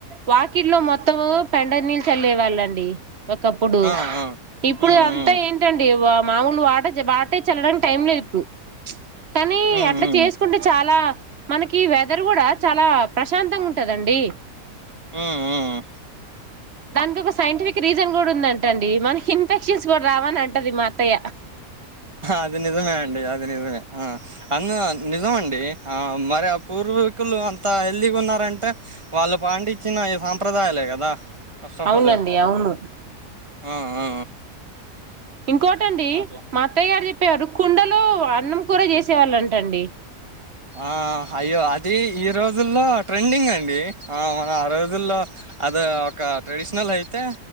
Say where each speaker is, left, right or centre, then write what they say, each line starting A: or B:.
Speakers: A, on the right; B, on the right.
A: వాకిట్లో మొత్తము పెండ నీళ్ళు చల్లే వాళ్ళండి ఒకప్పుడు
B: ఆ ఆ
A: ఇప్పుడు
B: హ్మ్
A: అంతా
B: హ్మ్
A: ఏంటండి వా మాములు వాట అ బటే చల్లడానికి టై లో ఇప్పు కానీ
B: హ్మ్
A: అట్లా
B: హ్మ్
A: చేసుకుంటే చాలా మనకి వెదర్ కూడా చాలా ప్రశాంతంగా ఉంటదండి
B: ఆ
A: దానికి ఒక సైంటిఫిక్ రీజన్ కూడా ఉందంటండి మనకి ఇన్ఫెక్షన్స్ కూడా రావని అంటది మా అత్తయ్య
B: అది నిజమే అండి అది నిజమే ఆ అందు నిజం అండి ఆ మరి ఆ పూర్వీకులు అంత హెల్దీగా ఉన్నారంటే వాళ్ళు పాండించిన ఈ సాంప్రదాయాల కదా ఫస్ట్ ఆఫ్
A: అవునండి
B: ఆల్
A: అవును
B: ఆ ఆ
A: ఇంకోటండి
B: ఆ! అట్లా
A: మా అత్తయ్య గారు చెప్పి చెప్పారు కుండలో అన్నం కూడా చేసేవాళ్ళంటండి
B: ఆ అయ్యో అది ఈ రోజుల్లో ట్రెండింగ్ అండి ఆ మనం ఆ రోజుల్లో అది ఒక ట్రెడిషనల్ అయితే